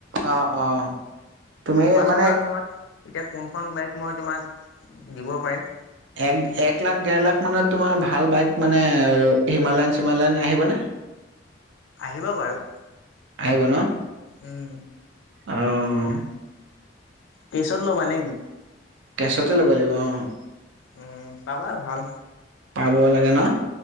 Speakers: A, on the right (about 75°); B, on the left (about 80°).
A: অ', অ'। তুমি
B: কোৱাচোন
A: মানে
B: বাৰু
A: এক
B: তোমাক এতিয়া কোনখন বাইক মই তোমাক দিব পাৰিম।
A: এক এক লাখ, দেৰ লাখমানত তোমাৰ ভাল বাইক মানে হিমালয়ান চিমালয়ান আহিবনে?
B: আহিব বাৰু।
A: আহিব ন'?
B: উম
A: অ'।
B: কেছত ল'বা নেকি?
A: কেছতে ল'ব লাগিব অ'।
B: উম, পাবা ভাল।
A: পাব লাগে না